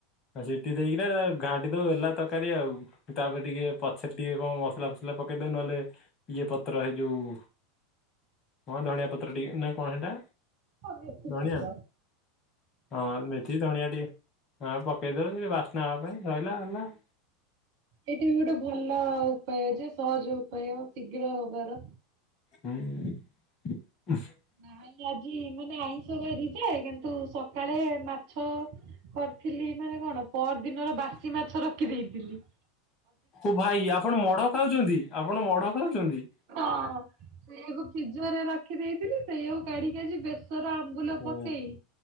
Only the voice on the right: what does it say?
ମେଥି
ପତ୍ର
ଏଇଟା ବି ଗୋଟେ ଭଲ ଉପାୟ ଯେ ସହଜ ଉପାୟ ଶୀଘ୍ର ହବାର।
ନାଇଁ ଆଜି ମାନେ ଆଇଁଷ ବାରିଯେ କିନ୍ତୁ ସକାଳେ ମାଛ କରିଥିଲି ମାନେ କଣ ପହର ଦିନର ବାସି ମାଛ ରଖି ଦେଇଥିଲି।
ହଁ ସେଇଆକୁ ଫ୍ରିଜରେ ରଖିଦେଇଥିଲି। ସେଇଆକୁ କାଢି ଆଜି ବେସର ଆମ୍ବୁଲ
ପକେଇ